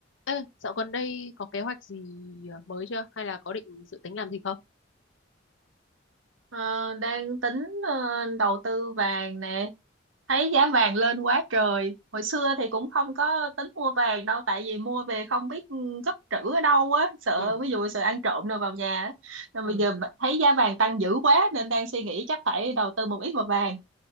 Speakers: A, on the left (about 75°); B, on the right (about 80°).
A: Ê, dạo gần đây có kế hoạch gì ờ, mới chưa? Hay là có định dự tính làm gì không?
B: Ờ, đang tính ờ, đầu tư vàng nè thấy giá vàng lên quá trời hồi xưa thì cũng không có tính mua vàng đâu tại vì mua về không biết cất trữ ở đâu á sợ
A: Ừ,
B: ví dụ sợ ăn trộm rồi vào nhà á. nên
A: ừ.
B: bây giờ b- thấy giá vàng tăng dữ quá nên đang suy nghĩ chắc phải đầu tư một ít vào vàng